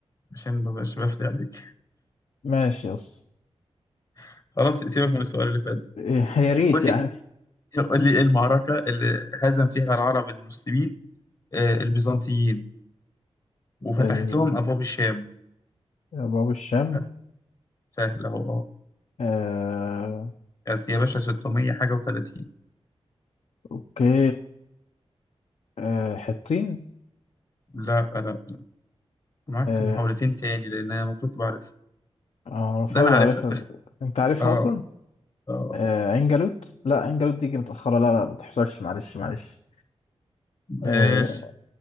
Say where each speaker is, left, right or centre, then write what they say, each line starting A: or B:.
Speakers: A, on the left; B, on the left.
A: عشان ما بقاش بفتي عليك
B: ماشي يا اسطى
A: <laughs> خلاص سيبك من السؤال اللي فات ده.
B: <laughs> يا ريت
A: قول
B: يعني
A: لي قول لي ايه المعركة اللي هزم فيها العرب المسلمين آه، البيزنطيين وفتحت
B: ال-
A: لهم أبواب الشام
B: باب الشام
A: آه، سهل أهو أه
B: آه،
A: كانت يا باشا 600 حاجة و30
B: اوكي آه، حطين
A: لا آه، لا معاك
B: آه،
A: محاولتين تاني لأن أنا المفروض تبقى عارفها
B: انا المفروض
A: ده أنا
B: ابقى
A: عارفها
B: عارفها
A: <laughs>
B: انت عارفها
A: أه
B: اصلا
A: أه
B: آه، عين جالوت لا عين جالوت دي جه متاخره لا لا ما تحصلش معلش معلش آه،
A: ماشي